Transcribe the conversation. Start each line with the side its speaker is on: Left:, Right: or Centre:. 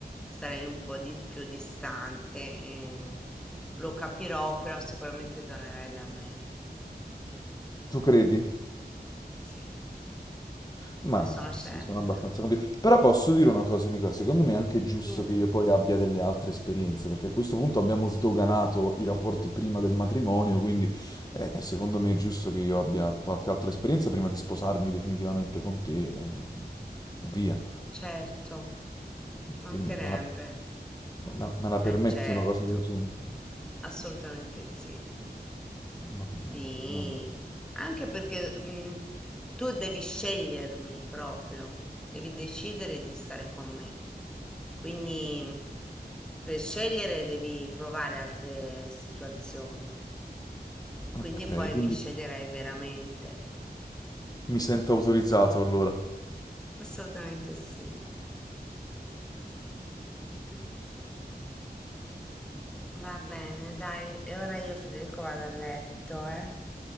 Centre: sarai un po' di- più distante, e lo capirò, però sicuramente tornerai da me.
Left: Tu credi?
Centre: Sì,
Left: Ma
Centre: ne sono certa.
Left: sì, sono abbastanza convinto. Però posso dire una cosa, Nicola, secondo me è anche giusto
Centre: Dimmi.
Left: che io poi abbia delle altre esperienze, perché a questo punto abbiamo sdoganato i rapporti prima del matrimonio, quindi eh, eh, secondo me è giusto che io abbia qualche altra esperienza prima di sposarmi definitivamente con te eh, e, via.
Centre: Certo, ci mancherebbe.
Left: Quindi me la, me- me la permetti
Centre: Eh certo,
Left: una cosa del genere?
Centre: assolutamente sì.
Left: Va bene,
Centre: Sì,
Left: va bene.
Centre: anche perché mm, tu devi scegliermi proprio, devi decidere di stare con me. Quindi mm, per scegliere devi provare altre situazioni e
Left: Ok,
Centre: quindi poi
Left: quindi
Centre: mi sceglierai veramente.
Left: mi sento autorizzato allora.
Centre: Assolutamente sì. <laughs> Va bene, dai, e ora io Federico vado a letto, eh?